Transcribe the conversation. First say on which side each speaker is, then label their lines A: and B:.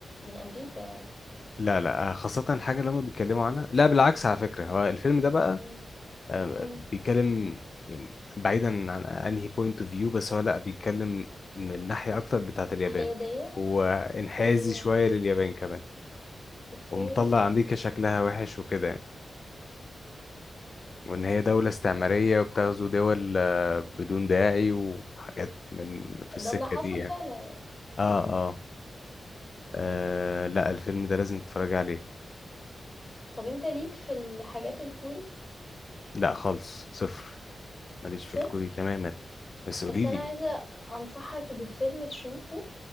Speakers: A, on the left; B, on the left.
A: من امريكا يعني
B: لا لا آه، خاصه الحاجه اللي هم بيتكلموا عنها لا بالعكس على فكره هو الفيلم ده بقى
A: امم
B: آه،
A: امم
B: بيتكلم يعني بعيدا عن انهي بوينت اوف فيو بس هو لا بيتكلم من ناحيه اكتر بتاعه اليابان
A: الحيادية
B: وانحازي
A: اوكي
B: شويه لليابان كمان
A: اوكي
B: ومطلع امريكا شكلها وحش وكده يعني وإن هي دولة استعمارية وبتغزو دول آه، بدون داعي وحاجات من في السكة
A: ده اللي حصل
B: دي يعني
A: فعلًا يعني.
B: آه
A: إمم.
B: آه آه، لا الفيلم ده لازم تتفرج عليه
A: طب أنت ليك في الحاجات الكوري؟
B: لا خالص صفر ماليش
A: صفر،
B: في الكوري تماما بس قولي
A: بس أنا
B: لي
A: عايزة أنصحك بفيلم تشوفه،